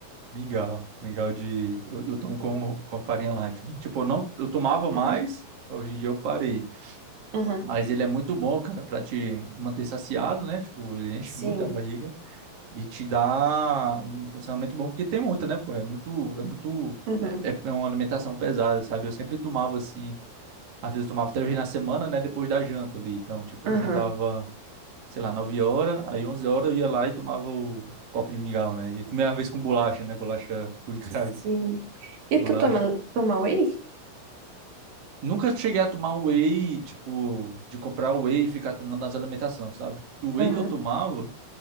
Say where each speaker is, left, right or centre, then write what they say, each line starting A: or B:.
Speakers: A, on the right; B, on the right.
A: Mingau, mingau de eu, eu tomo com, com farinha láctea, né? Tipo, eu não, eu tomava mais,
B: Ah,
A: hoje em dia eu parei.
B: aham.
A: Mas ele é muito bom, cara, pra te manter saciado, né? Tipo, ele enche
B: Sim.
A: muito a barriga. e te dá um condicionamento bom, porque tem muito, né, pô? É muito, é muito,
B: Aham.
A: é, é uma alimentação pesada, sabe? Eu sempre tomava assim, às vezes eu tomava três vezes na semana, né, depois da janta ali. Então, tipo,
B: Aham.
A: eu jantava, sei lá, 9 horas, aí 11 horas eu ia lá e tomava o copo de mingau, né? E comia às vezes com bolacha, né? Bolacha <laughs> com encalhe,
B: Sim. E
A: bolacha.
B: tu toma, toma whey?
A: Nunca cheguei a tomar um whey, tipo, de comprar whey e ficar tomando nas alimentações, sabe? O whey
B: Aham.
A: que eu tomava